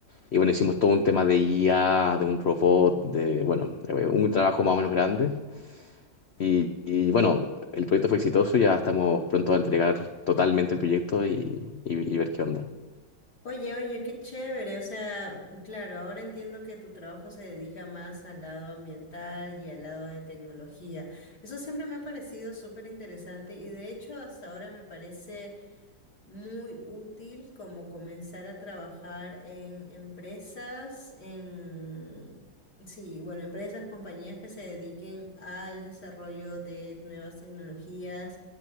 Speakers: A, on the left (about 80°); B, on the left (about 60°).
A: y bueno, hicimos todo un tema de IA, de un robot, de, bueno, eh, un trabajo más o menos grande. Y, y bueno, el proyecto fue exitoso, ya estamos pronto a entregar totalmente el proyecto y, y- y ver qué onda.
B: Oye, oye, qué chévere. O sea, claro, ahora entiendo que tu trabajo se dedica más al lado ambiental y al lado de tecnología. Eso siempre me ha parecido súper interesante y de hecho hasta ahora me parece muy útil como comenzar a trabajar en empresas, en, sí, bueno, empresas, compañías que se dediquen al desarrollo de nuevas tecnologías.